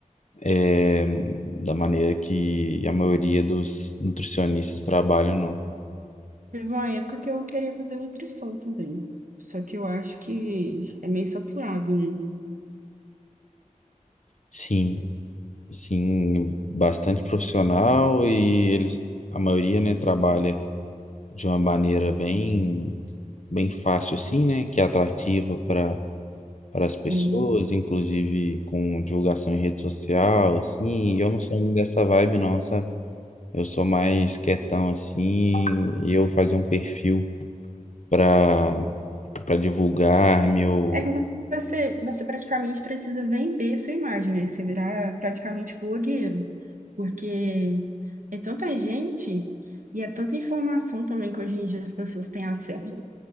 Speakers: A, on the left; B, on the right.
A: eh, da maneira que a maioria dos nutricionistas trabalham, não.
B: Teve uma época que eu queria fazer nutrição também. Só que eu acho que é meio saturado, né?
A: Sim. sim, bastante profissional e eles, a maioria, né, trabalha de uma maneira bem, bem fácil assim, né, que é atrativa para para as pessoas,
B: Sim.
A: inclusive com divulgação em rede social, assim, e eu não sou muito dessa vibe não, sabe? Eu sou mais quietão assim, e eu fazer um perfil para para divulgar meu.
B: É, é que você, você praticamente precisa vender sua imagem, né? Você virar praticamente blogueiro. Porque é tanta gente e é tanta informação também que hoje em dia as pessoas têm acesso.